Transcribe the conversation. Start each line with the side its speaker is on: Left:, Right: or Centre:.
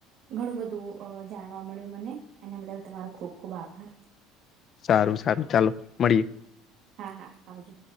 Right: ઘણું બધું અ જાણવા મળ્યું મને એના બદલ તમારો ખુબ ખૂબ આભાર.
Left: સારું સારું ચાલો મળીએ.
Right: હા હા આવજો.